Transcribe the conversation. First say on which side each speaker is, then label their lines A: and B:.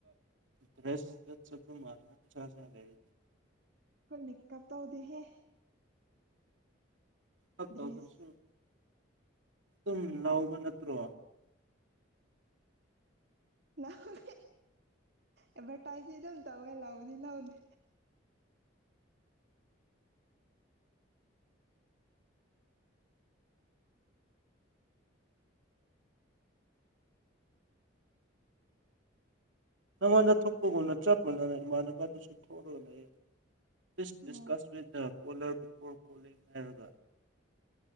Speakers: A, on the right; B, on the right.
A: ꯄꯁ ꯂꯩ
B: ꯑꯩꯈꯣꯏ ꯃꯦꯀꯞ ꯇꯧꯗꯦꯍꯦ
A: ꯐꯠꯇꯧ
B: ꯗ꯭ꯔꯦꯁ
A: ꯑꯗꯨꯔꯁꯨ ꯑꯗꯨꯨꯝ ꯂꯥꯎꯕ ꯅꯠꯇ꯭ꯔꯣ
B: ꯂꯗ ꯑꯦꯚꯔꯇꯥꯏꯖ ꯑꯗꯨ ꯇꯧꯦ ꯂꯥꯎꯗ ꯂꯥꯎꯗꯦ
A: ꯅꯉꯣꯟꯗ ꯊꯣꯛꯄꯒꯨꯝꯅ ꯆꯞ ꯃꯥꯟꯅꯅ ꯏꯃꯥꯟꯅꯕꯗꯨꯁꯨ ꯊꯣꯛꯂꯒ ꯂꯩ ꯄꯁ discuss
B: ꯑꯣ
A: with the colour before calling ꯍꯥꯏꯔꯒ